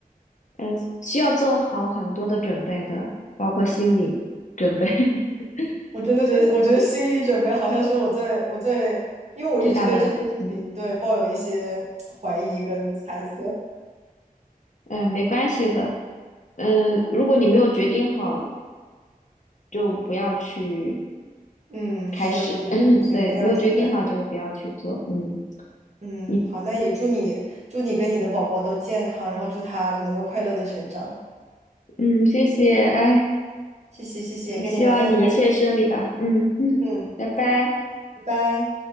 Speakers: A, on the left; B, on the right.
A: 嗯，需要做好很多的准备的，包括心理准备，<laughs>
B: 我真的觉得，我觉得心理准备好像是我最我最，因为我一直对这件事情对抱有一些怀疑跟猜测。
A: 最大的，嗯，哎，没关系的，嗯，如果你没有决定好，就不要去
B: 嗯，
A: 开始，
B: 是，我觉得这个事情真的要准备好。
A: <laughs> 对，没有决定好就不要去做，嗯，
B: 嗯，
A: 一，
B: 好，那也祝你祝你跟你的宝宝都健康，然后祝他能够快乐的成长。
A: 嗯，谢谢，哎，
B: 谢谢谢谢，跟你聊天很开心。
A: 希望你一切顺利吧，嗯嗯，
B: 嗯，
A: <laughs> 拜拜。
B: 拜拜。